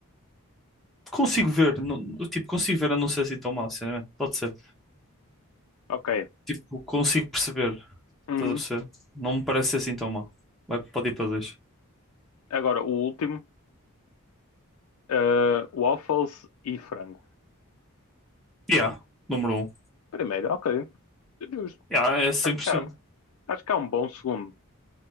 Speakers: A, in the centre; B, on the left (about 70°).
A: Consigo ver, não, tipo, consigo ver a não ser assim tão mal, sinceramente. Pode ser.
B: Ok.
A: Tipo, consigo perceber,
B: Uhum.
A: estás a perceber? Não me parece ser assim tão mal. Vai, pode ir para dois.
B: Agora, o último, uh, waffles e frango.
A: Yeah, número um.
B: Primeiro, ok. Justo.
A: Yeah, é 100%.
B: Acho que há, acho que há um bom segundo.